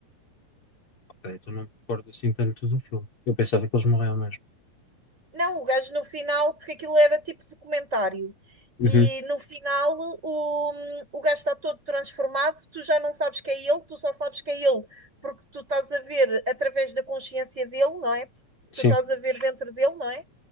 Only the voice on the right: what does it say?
Não, o gajo no final, porque aquilo era tipo documentário.
E no final o, o gajo está todo transformado, tu já não sabes que é ele, tu só sabes que é ele, porque tu estás a ver através da consciência dele, não é?
Tu estás a ver dentro dele, não é?